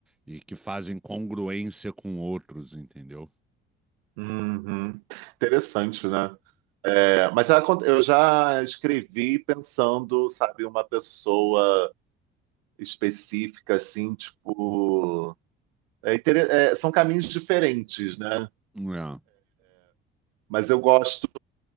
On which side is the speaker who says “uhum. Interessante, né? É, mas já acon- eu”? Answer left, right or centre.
Right